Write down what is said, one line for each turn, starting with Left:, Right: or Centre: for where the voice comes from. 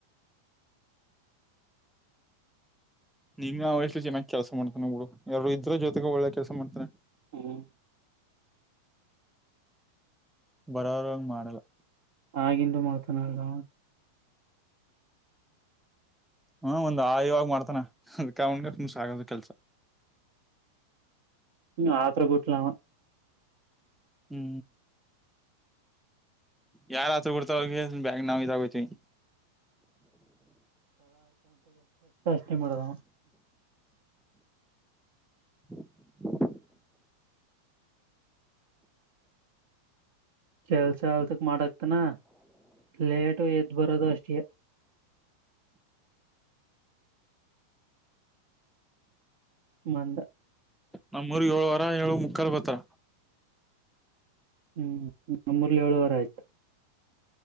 Centre: ನಿಂಗ್ ಆ ವಯಸ್ಸಲಿ ಚೆನ್ನಾಗಿ ಕೆಲಸ ಮಾಡ್ಕೊಂಡ್ ಹೋಗು ಯಾರು ಇದ್ರೂ ಜೊತೆಗೆ ಒಳ್ಳೆ ಕೆಲ್ಸ ಮಾಡ್ತಾನೆ.
Right: ಹ್ಮ್
Centre: ಬರೋರ್ ಹಂಗ್ ಮಾಡಲ್ಲ.
Right: ಆಗಿಂದು ಮಾಡ್ತಾನಲ್ಲೋ.
Centre: ಹ್ಮ ಒಂದ್ ಹಾಯುವಾಗಿ ಮಾಡ್ತಾನೆ ಅದ್ಕೇ ಅವನಿಗೆ ತುಂಬು ಸಾಗದು ಕೆಲ್ಸ.
Right: ಇನ್ನು ಆತ್ರೂ ಗುಚ್ಚು ಲವ.
Centre: ಹೀ ಯಾರ್ ಆತ್ರುಗುಡ್ತ ಹೋಗಿ ಬ್ಯಾಗ್ ನಾವ್ ಇದಗೋತಿವಿ.
Right: ಕಿಮಳದ
Centre: <unintelligible>
Right: ಕೆಲ್ಸ ಅಲ್ಸಕ್ ಮಾಡಕ್ತಿನಾ ಲೇಟು ಎದ್ ಬರೋದು ಅಷ್ಟೇಯ. <inaudible> ಮಂದ
Centre: ನಮ್ಮೂರ್ ಏಳುವರೆ ಏಳು ಮುಕ್ಕಾಲ್ ಬತ್ರಾ.
Right: ಹ್ಮ್ ನಮ್ಮೂರಲ್ಲಿ ಏಳುವರೆ ಆಯ್ತಾ.